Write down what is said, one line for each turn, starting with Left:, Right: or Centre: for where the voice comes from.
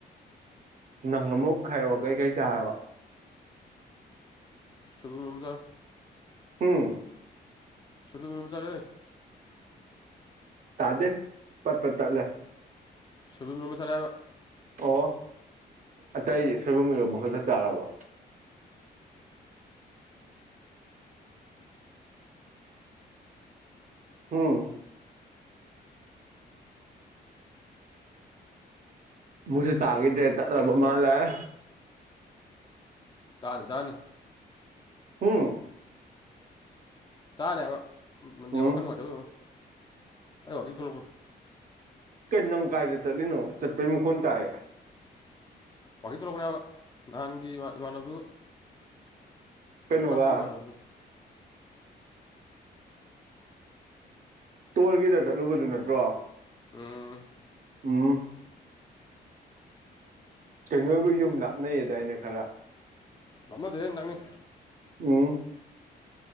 Right: ꯅꯪ ꯑꯃꯨꯛ ꯍꯥꯏꯔꯛꯑꯣ ꯀꯩꯀꯩ ꯆꯥꯔꯕ
Left: <inaudible>
Right: ꯍꯝ
Left: ꯁꯣꯏꯕꯨꯝ ꯏꯔꯣꯝꯕ ꯆꯥꯔꯦ
Right: ꯇꯥꯗꯦ ꯄꯠ ꯄꯠ ꯇꯠꯂꯦ
Left: ꯁꯣꯏꯕꯨꯝ ꯏꯔꯣꯝꯕ ꯆꯥꯔꯦꯕ
Right: ꯑꯣ ꯑꯇꯩꯗꯤ ꯁꯣꯏꯕꯨꯝ ꯏꯔꯣꯝꯕ ꯈꯛꯇ ꯆꯥꯔꯕꯣ ꯎꯝ ꯃꯦ ꯇꯥꯒꯠ ꯃꯥꯂ <inaudible>
Left: ꯇꯥꯅꯤ ꯇꯥꯅꯤ
Right: ꯍꯝ
Left: ꯇꯥꯅꯦꯕ ꯅꯦꯠꯋꯥꯔꯛ
Right: ꯎꯝ
Left: ꯈꯔ ꯅꯨꯡꯉꯥꯏꯇꯕ ꯋꯥꯅꯦ ꯑꯩ ꯋꯥꯥꯛꯀꯤꯡ ꯊꯣꯛꯂꯛꯄ
Right: ꯀꯩ ꯅꯪ ꯀꯥꯏꯗ ꯆꯠꯂꯤꯅꯣ ꯆꯠꯄꯩ ꯃꯈꯣꯟ ꯇꯥꯏꯌꯦ
Left: ꯋꯥꯛꯀꯤꯡ ꯊꯣꯛꯂꯛꯄꯅꯦꯕ ꯅꯍꯥꯟꯒꯤ ꯏꯃꯥꯟꯅꯕꯗꯨꯒ
Right: ꯀꯩꯅꯣ
Left: ꯀꯛꯆꯤꯡ
Right: ꯋꯥ
Left: ꯏꯃꯥꯟꯅꯕꯗꯨ
Right: ꯇꯣꯜꯒꯤꯗ ꯆꯠꯂꯨꯕꯗꯨ ꯅꯠꯇ꯭ꯔꯣ
Left: ꯎꯝ
Right: ꯎꯝ ꯀꯩꯅꯣꯒꯤ ꯌꯨꯝ ꯂꯥꯞꯅꯩꯌꯦꯗꯥꯏꯅꯦ ꯈꯔ
Left: ꯂꯥꯞꯅꯗꯦꯍꯦ ꯅꯛꯅꯩ
Right: ꯎꯝ